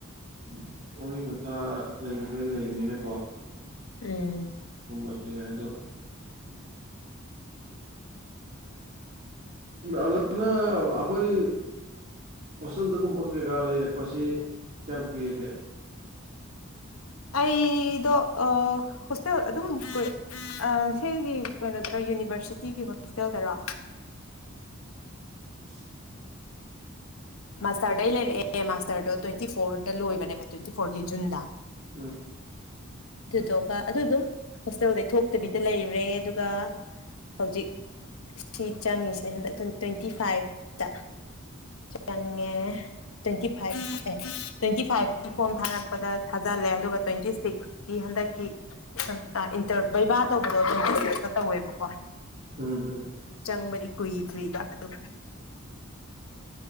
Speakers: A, on the right (about 45°); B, on the left (about 85°).
A: ꯎꯝ ꯋꯥꯔꯤꯃꯤ ꯃꯊꯥ ꯂꯩꯅꯤꯗꯣꯏ ꯂꯩꯕꯅꯤꯅꯀꯣ
B: ꯎꯝ
A: ꯍꯝꯕꯁ ꯌꯥꯗꯣ ꯑꯗꯨꯅ ꯑꯩꯈꯣꯏ ꯍꯣꯁꯇꯦꯜꯗꯒꯨꯝꯕ ꯀꯩꯀꯥ ꯂꯩꯔꯛꯄꯁꯤ ꯀꯌꯥꯝ ꯀꯨꯏꯔꯒꯦ
B: ꯑꯩꯣ ꯑ ꯍꯁꯦ ꯑꯗꯨꯝ ꯀ ꯁꯤꯒꯤ ꯀꯩꯅꯣꯗꯔ ꯌꯨꯅꯤꯚꯔꯁꯤꯇꯤꯒꯤ ꯍꯣꯁꯇꯦꯜꯗꯔꯣ
A: ꯑ
B: ꯃꯥꯁꯇꯔꯗ ꯑꯩ ꯂꯩꯔꯛꯑꯦ ꯃꯥꯁꯇꯔꯗꯣ ꯇ꯭ꯋꯦꯟꯇꯤ ꯐꯣꯔꯗ ꯂꯣꯏꯕꯅꯦꯕ ꯇ꯭ꯋꯦꯟꯇꯤ ꯐꯣꯔꯒꯤ ꯖꯨꯟꯗ
A: ꯎꯝ ꯎꯝ ꯎꯝ ꯎꯝ
B: ꯑꯗꯨꯇꯣ ꯑꯗꯨ ꯑꯗꯨꯝ ꯍꯣꯁꯇꯦꯜꯗꯩ ꯊꯣꯛꯇꯕꯤꯗ ꯂꯩꯔꯦ ꯑꯗꯨꯒ ꯍꯧꯖꯤꯛ ꯁꯤ ꯆꯪꯉꯁꯦ ꯍꯟꯗꯛ ꯇ꯭ꯋꯦꯟꯇꯤ ꯐꯥꯏꯚꯇ ꯆꯪꯉꯦ ꯇ꯭ꯋꯦꯟꯇꯤ ꯐꯥꯏꯚ ꯑꯦ ꯇ꯭ꯋꯦꯟꯇꯤ ꯐꯥꯏꯚꯀꯤ ꯐꯣꯔꯝ ꯊꯥꯔꯛꯄꯗ ꯊꯥꯖꯜꯂꯦ ꯑꯗꯨꯒ ꯇ꯭ꯋꯦꯟꯇꯤ ꯁꯤꯛꯁꯀꯤ ꯍꯗꯛꯀꯤ ꯁ ꯏꯟꯔ ꯩꯚꯕꯥ ꯇꯧꯕꯗꯣ ꯇ꯭ꯋꯦꯟꯇꯤ ꯁꯤꯛꯁꯇ ꯇꯧꯋꯦꯕꯀꯣ
A: ꯎꯝ ꯎꯝ ꯎꯝ ꯎꯝ
B: ꯆꯪꯕꯗꯤ ꯀꯨꯏꯗ꯭ꯔꯤꯕ ꯑꯗꯨꯒ